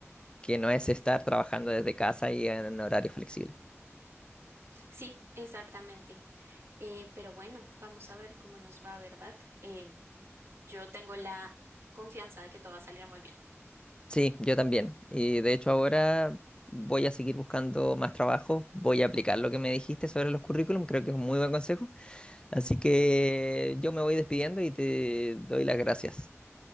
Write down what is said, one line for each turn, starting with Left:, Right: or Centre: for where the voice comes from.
Left: que no es estar trabajando desde casa y en horario flexible.
Right: Sí, exactamente. Eh, pero bueno, vamos a ver cómo nos va, ¿verdad? Em, yo tengo la confianza de que todo va a salir muy bien.
Left: Sí, yo también. Y de hecho ahora voy a seguir buscando más trabajos, voy a aplicar lo que me dijiste sobre los currículum, creo que es un muy buen consejo. Así que yo me voy despidiendo y te doy las gracias.